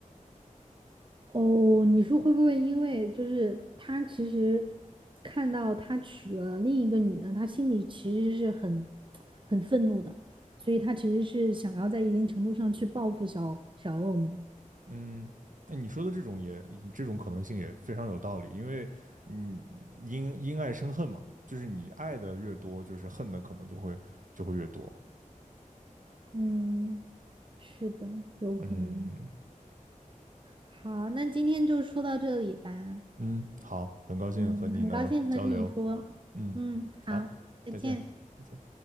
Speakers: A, on the right; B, on the right.
A: 哦，你说会不会因为就是他其实看到他娶了另一个女的，他心里其实是很很愤怒的，所以他其实是想要在一定程度上去报复小小恶魔。
B: 嗯，那你说的这种也这种可能性也非常有道理，因为嗯，因因爱生恨嘛，就是你爱的越多，就是恨的可能就会就会越多。
A: 嗯，是的，有可能。
B: 嗯
A: 好，那今天就说到这里吧。
B: 嗯，好，很高兴和你能交流。
A: 嗯，很高兴和你说。
B: 嗯，
A: 嗯，好，
B: 好，
A: 再见。
B: 再见，再见。